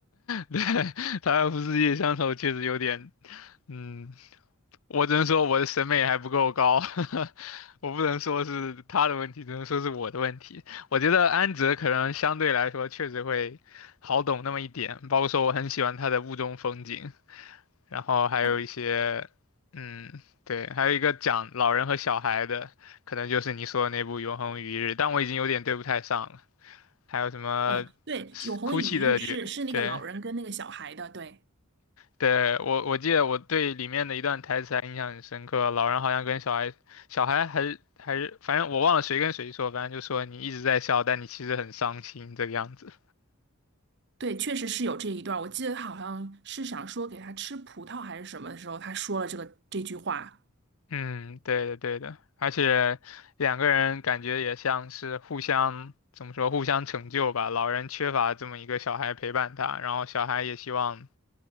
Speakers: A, on the left; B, on the right.
A: 对，他又不是夜乡愁，确实有点，嗯，我只能说我的审美还不够高，<laughs> 我不能说是他的问题，只能说是我的问题。我觉得安哲可能相对来说确实会好懂那么一点，包括说我很喜欢他的雾中风景，然后还有一些，
B: 啊？”
A: 嗯，对，还有一个讲老人和小孩的，可能就是你说的那部《永恒与一日》，但我已经有点对不太上了。还有什么
B: 嗯，对，“永恒与一日是”是那个老人跟那个小孩的，
A: 哭泣的雨，对。
B: 对。
A: 对，我我记得我对里面的一段台词还印象很深刻，老人好像跟小孩，小孩还是还是，反正我忘了谁跟谁说，反正就说你一直在笑，但你其实很伤心这个样子。
B: 对，确实是有这一段儿我记得他好像是想说给他吃葡萄还是什么的时候，他说了这个这句话。
A: 嗯，对的对的，而且两个人感觉也像是互相，怎么说，互相成就吧。老人缺乏这么一个小孩陪伴他，然后小孩也希望，